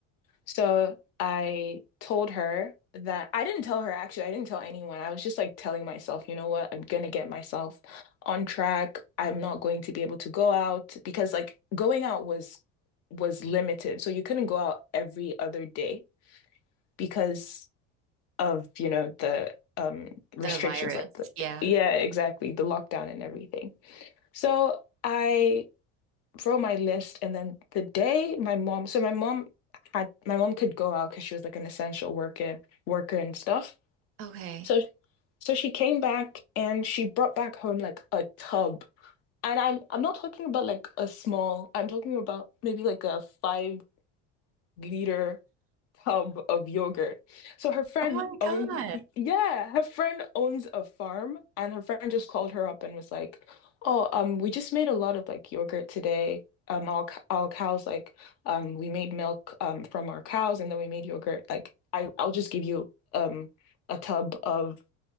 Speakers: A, on the left; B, on the right.
A: So I told her that I didn't tell her actually, I didn't tell anyone. I was just like telling myself, you know what, I'm gonna get myself on track. I'm not going to be able to go out because like going out was was limited. So you couldn't go out every other day because of, you know, the um restrictions
B: The virus.
A: like the
B: Yeah.
A: yeah, exactly, the lockdown and everything. So I wrote my list and then the day my mom so my mom had my mom could go out because she was like an essential worker worker and stuff
B: Okay.
A: so so she came back and she brought back home like a tub and I'm I'm not talking about like a small I'm talking about maybe like a five liter tub of yogurt. So her friend
B: Oh my
A: own
B: God.
A: yeah, her friend owns a farm and her friend just called her up and was like, "Oh, um we just made a lot of like yogurt today. Um all c- all cows like um we made milk um from our cows and then we made yogurt. Like I I'll just give you um a tub of